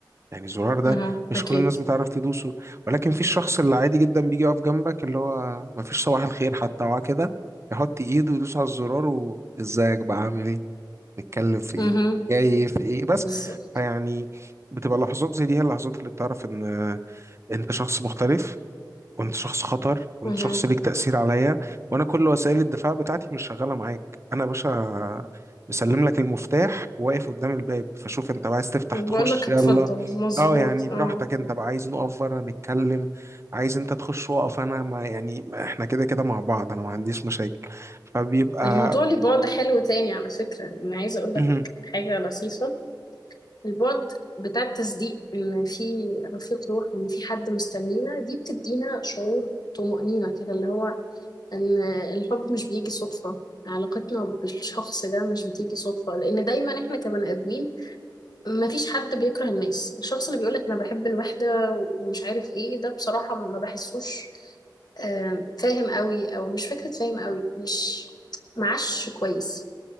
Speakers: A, on the right; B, on the left.
A: يعني الزرار ده
B: اها
A: مش
B: اكيد
A: كل الناس بتعرف تدوسه ولكن في الشخص اللي عادي جدا بيجي يقف جنبك اللي هو ما فيش صباح الخير حتى هو كده يحط ايده ويدوس على الزرار وازيك بقى عامل ايه نتكلم في ايه
B: اها
A: جاي في ايه بس
B: بالظبط
A: فيعني بتبقى لحظات زي دي هي اللحظات اللي بتعرف ان انت شخص مختلف وانت شخص خطر وانت
B: اها
A: شخص ليك تأثير عليا وانا كل وسائل الدفاع بتاعتي مش شغالة معاك انا يا باشا مسلم لك المفتاح وواقف قدام الباب فشوف انت بقى عايز تفتح
B: بقول
A: تخش
B: لك
A: يلا
B: اتفضل مظبوط
A: اه يعني براحتك
B: اه
A: انت بقى عايز نقف بره نتكلم عايز انت تخش واقف انا ما يعني ما احنا كده كده مع بعض انا ما عنديش مشاكل فبيبقى
B: الموضوع ليه بعد حلو تاني على فكرة أنا عايزة أقول لك
A: مهم.
B: حاجة لطيفة البعد بتاع التصديق إن في رفيق روح وإن في حد مستنينا دي بتدينا شعور طمأنينة كده اللي هو إن الحب مش بيجي صدفة علاقتنا بالشخص ده مش بتيجي صدفة لأن دايما إحنا كبني آدمين مفيش حد بيكره الناس الشخص اللي بيقولك أنا بحب الوحدة ومش عارف إيه ده بصراحة ما بحسوش آه، فاهم قوي أو مش فكرة فاهم قوي مش معاش كويس